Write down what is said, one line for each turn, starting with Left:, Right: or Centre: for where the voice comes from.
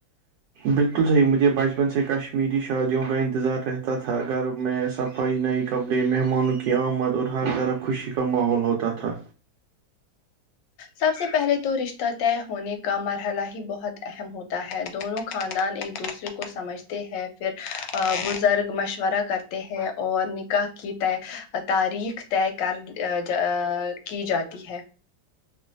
Right: بالکل صحیح مجھے بچپن سے کشمیری شادیوں کا انتظار رہ تا گھر میں صفائی نئے کپڑے مہمانوں کی آمد اور ہر طرف خوشی کا ماحول ہوتا تھا
Left: سب سے پہلے تو رشتہ طے ہونے کا مرحلہ ہی بہت اہم ہوتا ہے دونوں خاندان ایک دوسرے کو سمجھتے ہے پھر بزرگ مشورہ کرتے ہیں اور نکاح کی طے تاریخ طے کر ا جا کی جاتی ہے